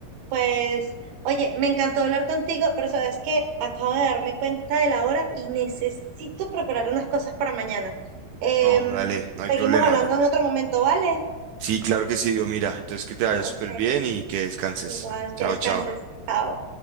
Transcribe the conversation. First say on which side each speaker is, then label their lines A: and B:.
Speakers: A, on the right; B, on the right.
A: Pues, oye, me encantó hablar contigo, pero sabes que acabo de darme cuenta de la hora y necesito preparar unas cosas para mañana. Em,
B: No, dale, no
A: seguimos
B: hay problema.
A: hablando en otro momento, ¿vale?
B: Sí, claro que sí, Dios, mira. Entonces que te vaya
A: Ok,
B: súper bien y que descanses.
A: igual
B: Chao,
A: que descanses.
B: chao.
A: Chao.